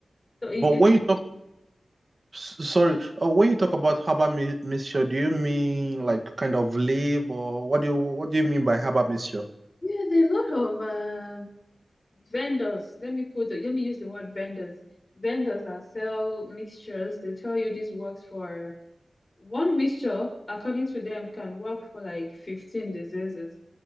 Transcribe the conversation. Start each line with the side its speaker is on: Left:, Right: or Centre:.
Left: so it,
Right: But
Left: it's
Right: when you talk, s- sorry, uh, when you talk about herbal mi- mixture, do you mean like kind of leaf or what do you, what do you mean by herbal mixture?
Left: there's a lot of um vendors let me put let me use the word vendors vendors that sell mixtures they tell you this works for one mixture according to them can work for like 15 diseases